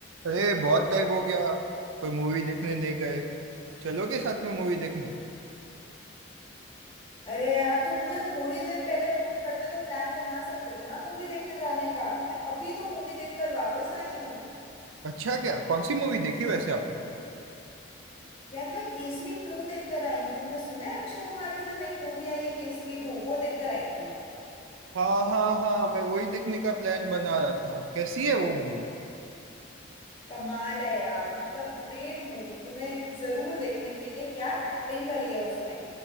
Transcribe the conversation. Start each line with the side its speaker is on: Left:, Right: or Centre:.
Right: अरे बहुत टाइम हो गया कोई मूवी देखने नहीं गए चलोगे साथ में मूवी देखने
Left: अरे यार तुम मुझे थोड़ी देर पहले फोन करते तो प्लान बना सकते थे ना मूवी देखने जाने का मैं अभी तो मूवी देखकर वापस आई हूँ
Right: अच्छा क्या कौन सी मूवी देखी वैसे आपने
Left: यार मैं केसरी टू देखकर आई हूँ तुमने सुना है अक्षय कुमार की जो नई मूवी आई है केसरी टू वो देखकर आई थी
Right: हाँ हाँ हाँ मैं वही देखने का प्लान बना रहा था कैसी है वो मूवी
Left: कमाल है यार मतलब ग्रेट मूवी तुम्हें जरूर देखनी चाहिए क्या एक्टिंग करी है उसमें